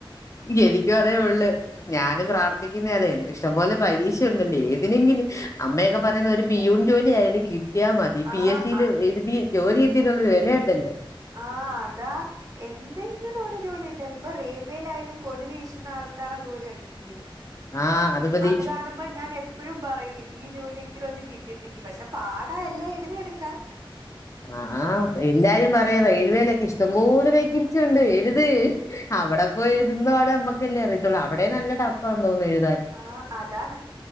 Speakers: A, on the left; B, on the right.
A: എനിക്കും അതേ ഉള്ളു ഞാനും പ്രാർത്ഥിക്കുന്ന അതെന്നെ. ഇഷ്ടംപോലെ പരീക്ഷയ ഉണ്ടല്ലോ ഏതിനെങ്കിലും അമ്മയൊക്കെ പറയുന്ന ഒരു പിയൂൺ ജോലി ആയാലും കിട്ടിയ മതി പി
B: ആ
A: എസ് സിൽ
B: ആ
A: എഴുതി ജോലി കിട്ടിയ വിലയുണ്ടല്ലെ
B: ആഹ് അതാ എന്തെങ്കിലും ഒരു ജോലി കിട്ട്യാമതി ഇപ്പൊ റെയിൽവേൽ ആയാലും കൊടിവീശുന്ന ആള ക്കാരെ <unintelligible> ജോലി കണ്ടിട്ടില്ലേ?
A: ആഹ് മതി
B: അത് കാണുമ്പോ ഞാൻ എപ്പോഴും പറയും ഈ ജോലിയെങ്കിലും ഒന്ന് കിട്ടി യിരുന്നെങ്കി പക്ഷെ പാടാ എല്ലാം എഴുതി എടുക്കാൻ.
A: ആ എല്ലാരും പറയും റെയിൽവേയിലൊക്കെ ഇഷ്ടം ഇഷ്ട്ടം വേക്കൻസി ഉണ്ട് എഴുത് അവടെ പോയി എഴുതുന്ന പാട് നമ്മക്കല്ലേ അറിയത്തുള്ളൂ അവടെ നല്ല ടപ്പം തോന്നും എഴുത
B: ആ അതാ